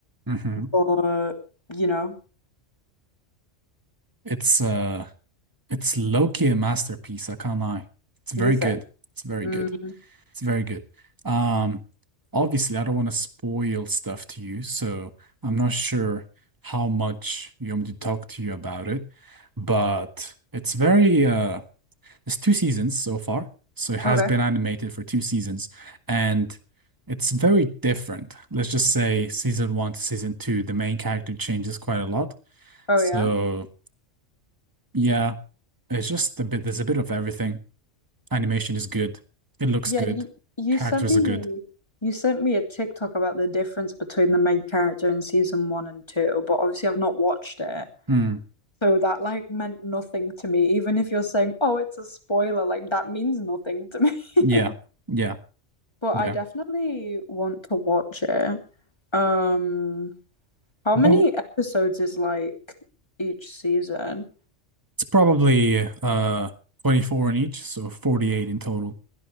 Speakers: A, on the right; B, on the left.
A: hmm
B: but you know,
A: It's uh it's low-key a masterpiece, I can't lie. It's very
B: you think.
A: good. It's very
B: Mm,
A: good. It's very good. Um, obviously I don't want to spoil stuff to you, so I'm not sure how much you want me to talk to you about it, but it's very uh It's two seasons so far, so it has
B: okay.
A: been animated for two seasons, and it's very different. Let's just say season one to season two, the main character changes quite a lot.
B: Oh
A: So
B: yeah.
A: yeah, it's just a bit. There's a bit of everything. Animation is good. It looks
B: Yeah,
A: good.
B: you, you
A: Characters
B: sent me
A: are good.
B: you sent me a TikTok about the difference between the main character in season 1 and 2, but obviously I've not watched it.
A: Hmm.
B: So that like meant nothing to me. Even if you're saying, "Oh, it's a spoiler," like that means nothing to me. <laughs>
A: Yeah. Yeah.
B: But
A: Yeah.
B: I definitely want to watch it. Um, how
A: But
B: many episodes is like each season?
A: it's probably uh 24 in each, so 48 in total.